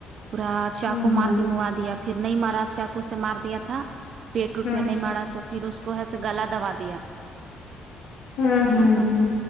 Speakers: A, on the right; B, on the left.
A: پورا چاقو
B: ہ ہ
A: مار
B: ہ
A: کے منوا دیا پھر نہیں مارا چاقو سے مار دیا تھا پیٹ
B: ہ
A: وٹ میں نہیں مارا تو پھر اس کو ایسے گلا دبا دیا
B: ہوں ہوں
A: لڑکا
B: ہوں
A: کو